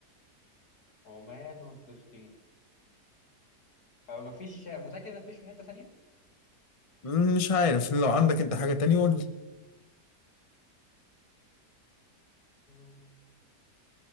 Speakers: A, on the left; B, on the left.
A: عمان وفلسطين أو مفيش متأكد إن مفيش في حتة ثانية؟
B: مش عارف لو عندك أنت حاجة تانية قول لي
A: مم،